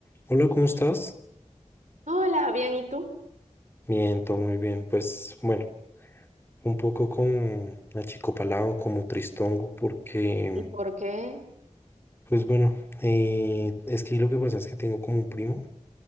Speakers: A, on the left; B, on the right.
A: Hola, ¿cómo estás?
B: Hola, bien, ¿y tú?
A: Bien, todo muy bien. Pues bueno, un poco como achicopalado, como tristongo, porque,
B: ¿Y por qué?
A: pues bueno, eh, es que lo que pasa es que tengo como un primo